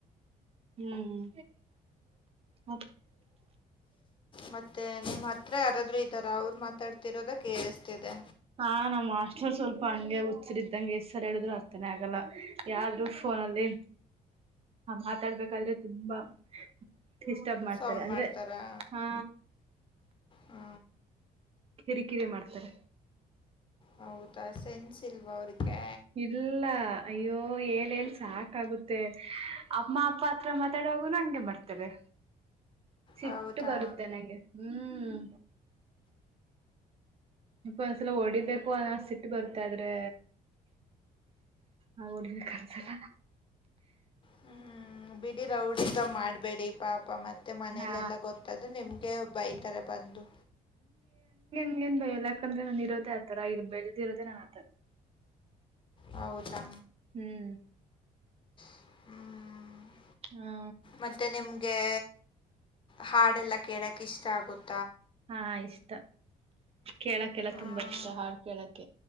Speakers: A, on the right; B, on the left.
A: ಹ್ಮ್ ಹ್ಮ್
B: ಮತ್ತೆ ನಿಮ್ಮ್ ಹತ್ರ ಯಾರಾದ್ರರು ಇದ್ದಾರ ಅವರು ಮಾತಾಡ್ತಿರೋದ ಕಏೇಳಸ್ತಿದೆ
A: ಹಾಂ ನಮ್ ಮಾಸ್ಟರ್ ಸ್ವಲ್ಪ ಹಂಗೆ ಹುಚ್ಚರಿದ್ದಂಗ ಎಷ್ಟ್ ಸಲ ಹೇಳಿದ್ರು ಅರ್ಥನೇ ಆಗಲ್ಲ ಯಾರ್ರರು ಫೋನಲ್ಲಿ ಮಾತಾಡ್ಬೇಕಾದ್ರೆ ತುಂಬಾ ಡಿಸ್ಟರ್ಬ್ ಮಾಡ್ತಾರೆ
B: ಸೌಂಡ್
A: ಅಂದ್ರೆ
B: ಮಾಡ್ತಾರಾ?
A: ಹಾ
B: ಹ್ಮ
A: ಕಿರಿಕಿರಿ ಮಾಡ್ತಾರೆ
B: ಹೌದಾ ಸೆನ್ಸ್ ಇಲ್ವಾ ಅವ್ರಿಗೆ
A: ಇಲ್ಲ ಅಯ್ಯೋ ಏಲ್ ಸಾಕಾಗುತ್ತೆ ಅಮ್ಮ ಅಪ್ಪ ಹತ್ರ ಮಾತಾಡುವಾಗುನು ಹಂಗೆ ಮಾಡ್ತಾರೆ ಸಿಟ್ಟು
B: ಹೌದಾ
A: ಬರುತ್ತೆ ನಂಗೆ. ಹ್ಮ್ ಇ ಒಂದ್ಸಲ ಹೊಡಿಬೇಕು ಸಿಟ್ ಬರುತ್ತೆ, ಆದ್ರೆ ಆ ಹೊಡಿಬೇಕಂದಸಲ
B: ಹ್ಮ್ ಬಿಡಿ ರೌಡಿಸಂ ಮಾಡ್ಬೇಡಿ ಪಾಪ ಮತ್ತೆ ಮನೇಲೆಲ್ಲ
A: ನಾ
B: ಗೊತ್ತಾದ್ರೆ ನಿಮ್ಗೆ ಬೈತಾರೆ ಬಂದು
A: ಕ ಯಾಕಂದ್ರೆ ನಾನ ಇರೋದೆೇ ಆತರ ಇಲ್ಲಿ ಬೆಳೆದಿರೋದೆೆ ನಾನನ್ ಆತರ
B: ಹೌದಾ
A: ಹ್ಮ್
B: ಹ್ಮ್
A: ಹಾ
B: ಮತ್ತೆ ನಿಮಗೆ ಹಾಡೆಲ್ಲ ಕೇಳಕ ಇಷ್ಟ ಆಗುತ್ತೆ
A: ಹಾ ಇಷ್ಟ ಕೇಳಕ್ಕೆಲ್ಲ
B: ಹ್ಮ್
A: ತುಂಬಾ ಇಷ್ಟ ಹಾಡ್ ಕೇಳಕ್ಕೆ